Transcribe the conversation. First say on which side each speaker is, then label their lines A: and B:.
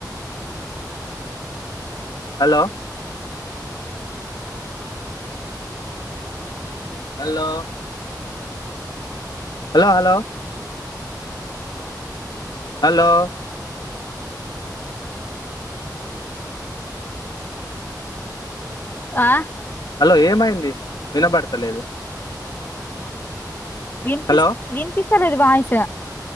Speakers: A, on the left; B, on the left.
A: hello hello hello hello hello
B: ఆ
A: హలో ఏమైంది వినబడతలేదు
B: వినిపిస్
A: హలో
B: వినిపిస్ తలేదు వాయిస్